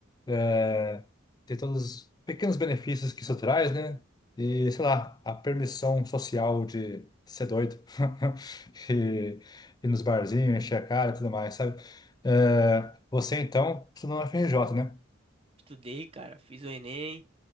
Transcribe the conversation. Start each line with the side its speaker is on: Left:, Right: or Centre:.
Left: é, ter todos os pequenos benefícios que isso traz, né? E, sei lá, a permissão social de ser doido <laughs> e ir nos barzinhos, encher a cara e tudo mais, sabe? É, você, então, estudou na FRJ, né?
Right: Estudei, cara, fiz o Enem